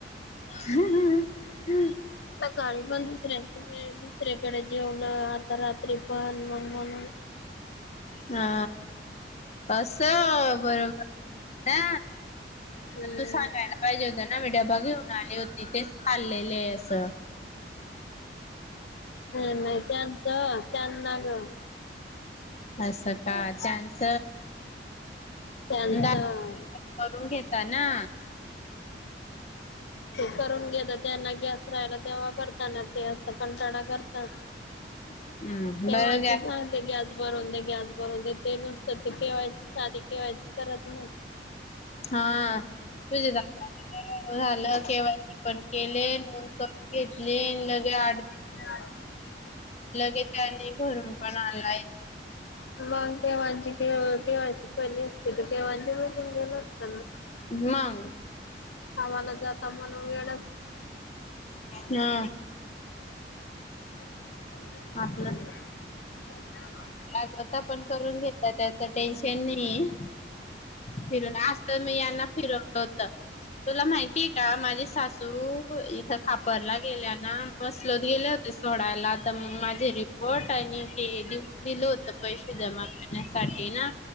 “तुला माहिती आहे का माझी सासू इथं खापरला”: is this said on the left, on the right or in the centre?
Left